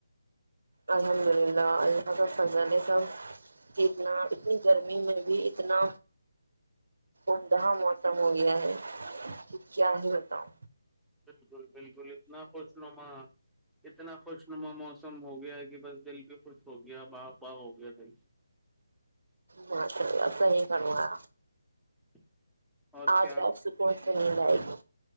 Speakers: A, on the right; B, in the centre.
A: الحمد للہ اللہ کا فضل سب اتنا اتنی گرمی میں بھی اتنا عمدہا موسم ہو گیا ہے کہ کیا ہی بتاؤ
B: بالکل بالکل اتنا خوش نما اتنا خوش نما مو سم ہو گیا ہے کہ بس دل بھی خوش ہو گیا باغ باغ ہو گیا دل
A: ہ چ صحیح کروںا
B: <inaudible>
A: آچھا
B: کیا
A: اچ س کون تو نہیں ل آ